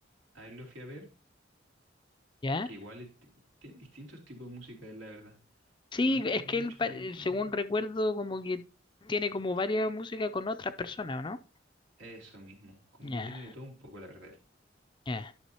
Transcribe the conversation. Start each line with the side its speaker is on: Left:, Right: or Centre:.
Right: a él lo fui a ver,
Left: ¿Ya?
Right: que igual el tipo- tiene distintos tipos de música, él, la verdad.
Left: Sí,
Right: No es como
Left: es que
Right: mucho
Left: él, pa-
Right: reggaetón.
Left: eh, según recuerdo, como que tiene como varias músicas con otras personas, ¿o ¿no?
Right: Eso mismo, como
Left: Ya,
Right: que tiene de todo un poco, la verdad.
Left: ya.